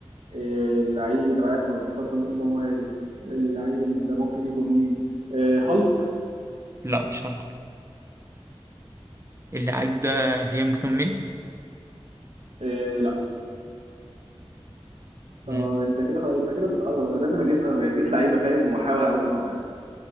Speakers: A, on the right; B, on the right.
A: آه، اللعيب اللي معاك هو مش خط نص، يبقى مهاجم اللعيب اللي ده ممكن يكون مين آه، هالك
B: لا مش هالك اللعيب ده هيونج سون مين
A: آه، لا
B: تمام
A: طب انت كده خ- انت كده بتقرب انا لازم اجيس غير جيس لعيبه فاهم واحاول على قد ما اقدر يعني.